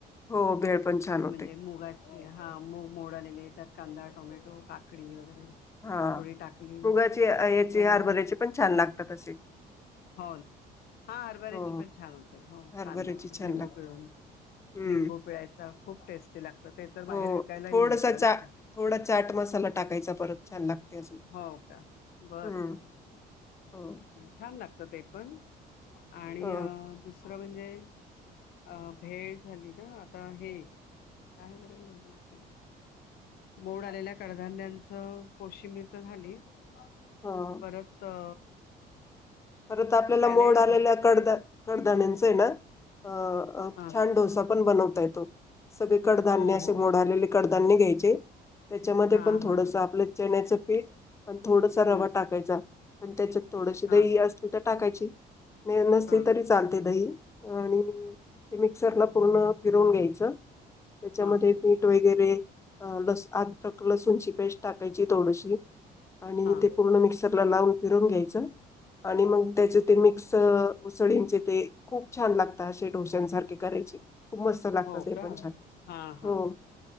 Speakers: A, on the left; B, on the left.
A: हो भेळ पण छान होते.
B: म्हणजे मुगाची, हा मूग मोड आलेले त्यात कांदा टोमॅटो, काकडी वगैरे
A: हा
B: थोडी टाकली
A: मुगाची याचे
B: तर
A: हरभऱ्याचे पण छान लागतात असे
B: हो, हा हरभऱ्याची
A: हो.
B: पण छान होते हो
A: हरभऱ्याची
B: कांदा वगैरे
A: छान
B: लिंबू
A: लागते.
B: पिळून.
A: हम्म.
B: लिंबू पिळायचा खूप टेस्टी लागत ते तर
A: हो
B: बाहेर विकायलाही
A: थोडासा
B: मिळतं
A: चा
B: नाही का!
A: थोडा चाट मसाला टाकायचा परत छान लागतय अजून.
B: हो का बरं
A: हम्म
B: बरं
A: हो
B: छान लागत ते पण आणि
A: अ
B: दुसरं म्हणजे अ, भेळ झाली ना आता हे काय बरं म्हणणार होते. मोड आलेल्या कडधान्यांचं, कोशिंबीर तर झालीच.
A: ह
B: परत अ
A: परत आपल्याला
B: सॅलेड
A: मोड आलेल्या,
B: म
A: कडदा कडधाण्याचय ना. अ
B: हा
A: छान डोसा पण बनवता येतो, सगळे कडधान्य
B: हो
A: असे
B: हो
A: मोडालेले कड धान्य घ्यायचे. त्याच्यामध्ये
B: हा
A: पण थोडस
B: हा
A: आपलं चण्याचं पीठ, अण थोडसा रवा
B: हम्म
A: टाकायचा. त्याच्यात थोडशी
B: हा
A: दही अस टाकायची, नसली
B: हा हा
A: तरी चालते दही, आणि मिक्सरला पूर्ण फिरवून घ्यायच, त्याच्यामध्ये
B: हा
A: मीठ वगैरे लस आ लसूणची पेस्ट टाकायची थोडीशी, आणि
B: हा हा
A: ते पूर्ण मिक्सरला लावून फिरून घ्यायचं. आणि मग त्याचे ते मिक्स उसळींचे ते, खूप छान लागत असे डोश्यांसारखे करायचे, खूप मस्त लागत
B: हो
A: ते पण
B: का
A: छान,
B: हा हा
A: हो.